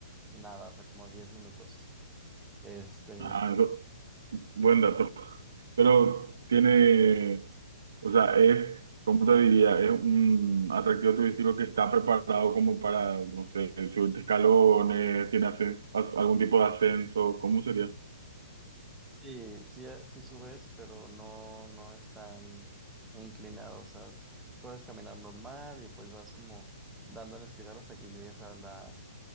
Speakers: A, in the centre; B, on the right (about 70°).
A: nada, o sea, como 10 minutos. Este,
B: Ah, eso, Buen dato. Pero tiene, o sea, es, ¿cómo te diría? Es un atractivo turístico que está preparado como para, no sé, subirte escalones, tiene ascen- as- algún tipo de ascenso, ¿cómo sería?
A: Sí, sí, eh, sí subes, pero no, no es tan inclinado. O sea, puedes caminar normal y pues vas como dando en espiral hasta que llegues a la,